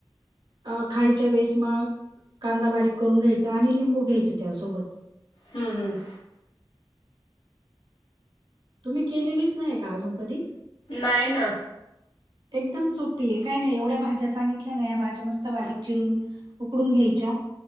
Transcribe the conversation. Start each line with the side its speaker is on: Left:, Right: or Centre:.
Right: अ खायच्या वेळेस मग कांदा बारीक करून घ्यायचा आणि लिंबू घ्यायचं त्यासोबत
Left: हम्म, हम्म
Right: तुम्ही केलेलीच नाही का अजून कधी
Left: नाही ना
Right: एकदम सोपी आहे काय नाही एवढ्या भाज्या सांगितल्या नाही ह्या भाज्या मस्त बारीक चिरून उकडून घ्यायच्या